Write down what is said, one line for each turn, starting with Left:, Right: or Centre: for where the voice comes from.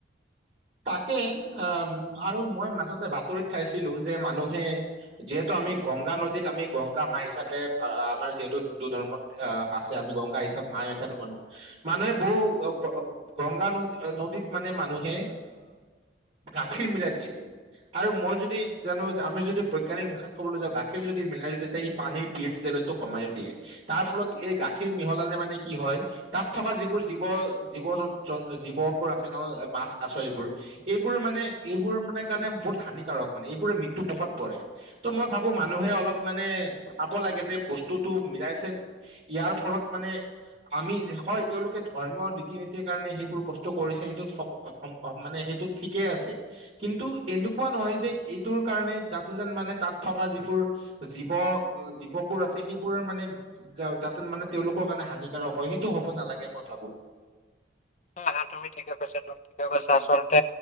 Right: তাকে অ', আৰু মই মাজতে বাতৰিত চাইছিলো যে মানুহে যিহেতু আমি গংগা নদীত আমি গংগা মা হিচাপে আমাৰ যিহেতু হিন্দু ধৰ্মত অ', আছে আমি গংগা হিচাপ মা হিচাপে মানু-মানুহে বহ গংগা ন নদীত মানে মানুহে হে গাখীৰ মিলাই দিছিলে আৰু মই যদি জানো আমি যদি বৈজ্ঞানিক ভাষাত ক'বলৈ যাওঁ গাখীৰ যদি মিলাই দি তেতিয়া এই পানীৰ পি এইচ লেভেলটো কমাই দিয়ে তাৰ ফলত এই গাখীৰ মিহলালে মানে কি হয় তাত থকা যিবোৰ জীৱ, জীৱ, জ জীৱবোৰ আছে ন' মাছ কাছ এইবোৰ এইবোৰ মানে এইবোৰ মানে কাৰণে বহুত হানিকাৰক মানে এইবোৰে মৃত্যু মুখত পৰে ত' মই ভাবো মানুহে অলপ মানে চাব লাগে যে বস্তুতটো মিলাইছে ইয়াৰ ফলত মানে আমি হয় তেওঁলোকে ধৰ্মীয় ৰীতি-নীতিৰ কাৰণে সেইবোৰ বস্তু কৰিছে সেইটো মানে সেইটো ঠিকেই আছে কিন্তু এনেকুৱা নহয় যে এইটোৰ কাৰণে যাতে যেন মানে তাত থকা যিবোৰ জীৱ, জীৱবোৰ আছে সেইবোৰৰ মানে যাতে মানে তেওঁলোকৰ কাৰণে হানিকাৰক হয় সেইটো হ'ব নালাগে মই ভাবো।
Left: হা তুমি ঠিকে কৈছা তুমি ঠিকে কৈছা আচলতে